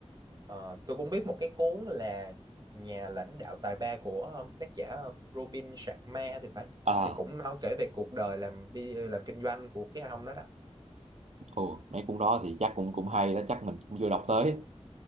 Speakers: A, on the right; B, on the right.
A: Ờ, tôi cũng biết một cái cuốn là nhà lãnh đạo tài ba của ờ, tác giả ờ, Robin Sharma thì phải
B: à
A: thì cũng nói kể về cuộc đời làm bi ờ, làm kinh doanh của cái ông đó đó
B: ồ mấy cuốn đó thì chắc cũng cũng hay đó chắc mình cũng chưa đọc tới